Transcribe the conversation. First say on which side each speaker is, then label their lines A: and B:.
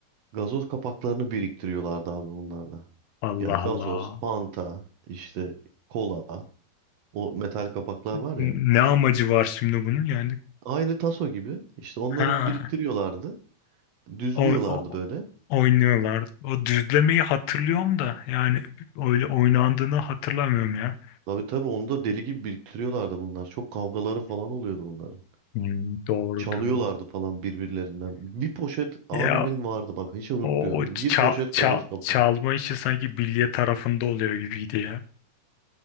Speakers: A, on the right; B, on the left.
A: Gazoz kapaklarını biriktiriyorlardı abi bunlarda.
B: Allah
A: Ya gazoz,
B: Allah.
A: Fanta, işte kola, o metal kapaklar var
B: Ne
A: ya.
B: amacı var şimdi bunun yani?
A: Aynı taso gibi. İşte onları
B: Ha,
A: biriktiriyorlardı. Düzlüyorlardı
B: o, o-
A: böyle.
B: oynuyorlardı. O düzlemeyi hatırlıyorum da yani öyle oynandığını hatırlamıyorum ya.
A: Tabii tabii onu da deli gibi biriktiriyorlardı bunlar. Çok kavgaları falan oluyordu bunların.
B: Hmm, doğrudur.
A: Çalıyorlardı falan birbirlerinden. Bir poşet abimin
B: Ya
A: vardı bak hiç unutmuyorum.
B: O, o ça-
A: Bir poşet
B: ça-
A: gazoz kapağı.
B: çalma işi sanki bilye tarafında oluyor gibiydi ya.